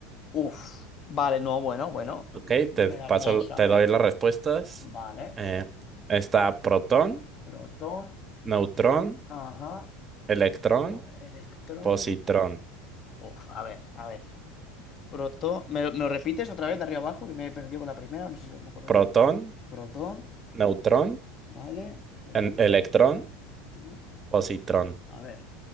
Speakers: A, on the left; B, on the right.
A: Uf. Vale, no, bueno, bueno.
B: Ok,
A: Me
B: te
A: la
B: paso,
A: puedo saber.
B: te doy las respuestas.
A: Vale.
B: Eh, está protón,
A: Protón,
B: neutrón,
A: ajá,
B: electrón,
A: neutrón, electrón.
B: positrón.
A: Uf, a ver, a ver. Protón, ¿me, lo me lo repites otra vez de arriba abajo? Que me he perdido por la primera, no sé si me acuerdo
B: Protón,
A: ya. Protón,
B: neutrón,
A: vale. Protón,
B: en- electrón,
A: neutrón, electrón.
B: positrón.
A: A ver.